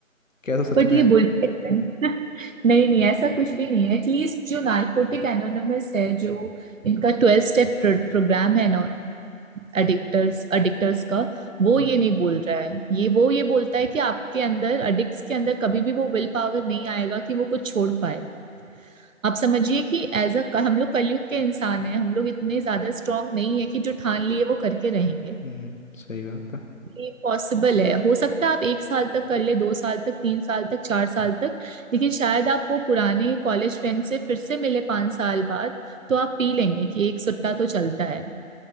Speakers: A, on the left (about 65°); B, on the right (about 70°).
A: क्या ऐसा सच
B: बट
A: में
B: ये
A: है
B: बुलशिट है <laughs> नहीं नहीं ऐसा कुछ भी नहीं है एटलीस्ट जो नार्कोटिक एनोनिमस है जो इनका ट्वेल्व स्टेप प्रोग्राम है एडिक्टर्स एडिक्टर्स का वो
A: हम्म
B: ये नहीं बोल रहा है ये वो ये बोलता है कि आपके अंदर एडिक्ट्स के अंदर कभी भी वो विल पावर नहीं आएगा कि वो कुछ छोड़ पाए आप समझिए कि एज अ हम लोग कलयुग के इंसान हैं हम लोग इतने ज्यादा स्ट्रांग नहीं है कि जो ठान लिए वो करके रहेंगे
A: हम्म, सही बात है
B: ये पॉसिबल है हो सकता है आप एक साल तक कर ले दो साल तक तीन साल तक चार साल तक लेकिन शायद आप वो पुराने कॉलेज फ्रेंड से फिर से मिले पांच साल बाद तो आप पी लेंगे कि एक सुट्टा तो चलता है